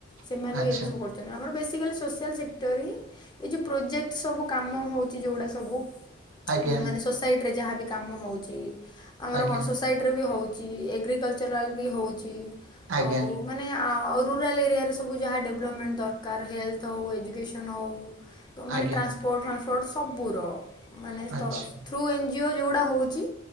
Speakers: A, on the left; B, on the right.
A: ସେମାନେ
B: ଆଚ୍ଛା
A: ବି ଏବେ ସବୁ କର। ଆମର ବେସିକାଲି ସୋସିଆଲ୍ ସେକ୍ଟର ହିଁ। ଏଇ ଯୋଉ ପ୍ରୋଜେକ୍ଟ ସବୁ କାମ ହଉଛି ଯୋଉଗୁଡା ସବୁ।
B: ଆଚ୍ଛା
A: ମାନେ ସୋସାଇଟି ରେ ଯାହାବି କାମ ହଉଛି ଆମର
B: ଆଜ୍ଞା
A: କଣ ସୋସା। ସାଇଟ୍ ରେ ବି ହେଉଛି ଏଗ୍ରିକଲଚରାଲ୍ ବି ହେଉଛି
B: ଆଜ୍ଞା
A: ଆଉ। ମାନେ ରୁରାଲ୍ ଏରିଆରେ ସବୁ ଯାହା ଡେଭଲପମେଣ୍ଟ ଦରକାର ହେଲଥ୍ ହୋଉ ଏଜୁକେସନ୍ ହୋଉ। ତ ମାନେ
B: ଆଜ୍ଞା ଆଜ୍ଞା
A: ଟ୍ରାନ୍ସପୋର୍ଟ ଫ୍ରାନ୍ସପୋର୍ଟ ସବୁର ମାନେ
B: ଆଚ୍ଛା
A: ଥ୍ରୁ ଏନ୍ଜିଓ ଯେଉଁଗୁଡ଼ା ହେଉଛି।